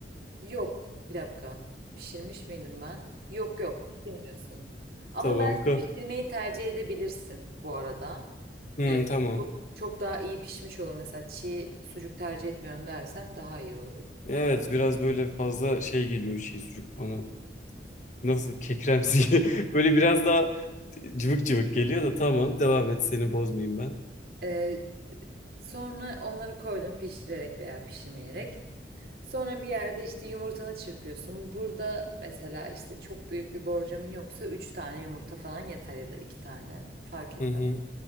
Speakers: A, on the right; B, on the left.
A: Yok bir dakika pişirmiş miydim ben? Yok yok pişirmiyorsun. Ama
B: Tamam.
A: belki
B: Ka
A: pişirmeyi tercih edebilirsin bu arada.
B: hı,
A: Ee,
B: tamam.
A: çok, çok daha iyi pişmiş olur. Mesela çiğ sucuk tercih etmiyorum dersen daha iyi olur.
B: Evet
A: Yani.
B: biraz böyle fazla şey geliyor şey sucuk bana. Nasıl kekremsi. <laughs> Böyle biraz daha cıvık cıvık geliyor da tamam. Devam et seni bozmayayım ben.
A: Ee, sonra onları koydun pişirerek veya pişirmeyerek. Sonra bir yerde işte yumurtanı çırpıyorsun. Burada mesela işte çok büyük bir borcamın yoksa 3 tane yumurta falan yeter ya da 2 tane fark etmez.
B: Hı hı.